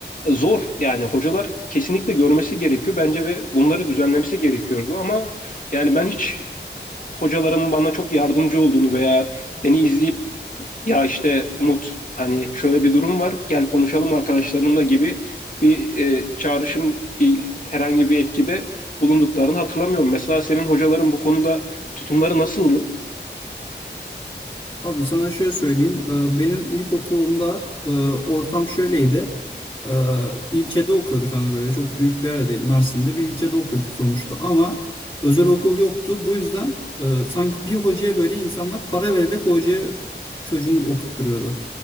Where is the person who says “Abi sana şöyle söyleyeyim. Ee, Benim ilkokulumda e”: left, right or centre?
Left